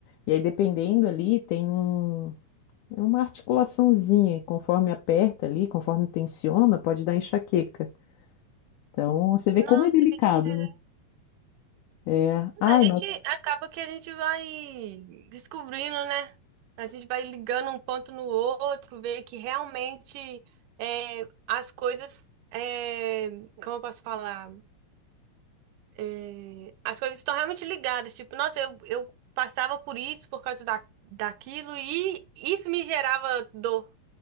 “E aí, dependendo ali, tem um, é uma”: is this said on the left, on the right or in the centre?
Left